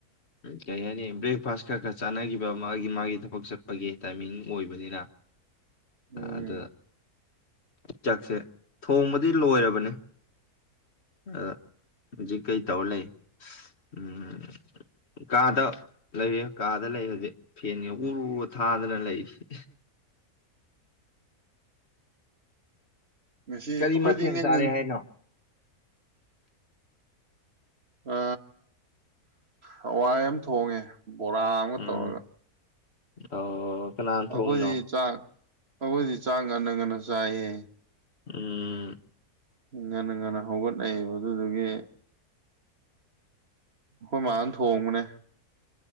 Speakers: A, on the left; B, on the right.
A: ꯀꯔꯤ ꯍꯥꯏꯅꯤ ꯕ꯭ꯔꯦꯛꯐꯥꯁ ꯈꯔ ꯈꯔ ꯆꯥꯟꯅꯈꯤꯕ ꯃꯥꯒꯤ ꯃꯥꯒꯤ ꯊꯕꯛ ꯆꯠꯄꯒꯤ ꯇꯥꯏꯃꯤꯡ ꯑꯣꯏꯕꯅꯤꯅ
B: ꯎꯝ
A: ꯑꯗꯨ ꯆꯥꯛꯁꯦ ꯊꯣꯡꯕꯗꯤ ꯂꯣꯏꯔꯕꯅꯦ ꯑꯗ ꯍꯧꯖꯤꯛ ꯀꯩ ꯇꯧꯔ ꯂꯩ ꯎꯝ ꯀꯥꯗ ꯂꯩꯔꯦ ꯀꯥꯗ ꯂꯩ ꯍꯧꯖꯤꯛ ꯐꯦꯟꯒꯤ ꯎꯔꯨꯔ ꯊꯥꯗꯅ ꯂꯩꯔꯤꯁꯦ
B: ꯉꯁꯤ
A: ꯀꯔꯤ
B: ꯑꯩꯈꯣꯏꯗꯤ
A: ꯃꯊꯦꯜ
B: ꯉꯟ
A: ꯆꯥꯔꯦ
B: ꯉ
A: ꯍꯥꯏꯅꯣ
B: ꯑ ꯍꯋꯥꯏ ꯌꯥꯝ ꯊꯣꯡꯉꯦ ꯕꯣꯔꯥ ꯑꯃ
A: ꯎꯝ
B: ꯇꯧꯔꯒ
A: ꯑꯣ ꯀꯅꯥꯅ
B: ꯑꯩꯈꯣꯏꯗꯤ
A: ꯊꯣꯡꯉꯤꯅꯣ
B: ꯆꯥꯛ ꯑꯩꯈꯣꯏꯗꯤ ꯆꯥꯡ ꯉꯅ ꯉꯟꯅ ꯆꯥꯏꯌꯦ
A: ꯎꯝ
B: ꯉꯟꯅ ꯉꯟꯅ ꯍꯧꯒꯠꯅꯩꯕꯗꯨꯗꯨꯒꯤ ꯑꯩꯈꯣꯏ ꯃꯥꯅ ꯊꯣꯡꯕꯅꯦ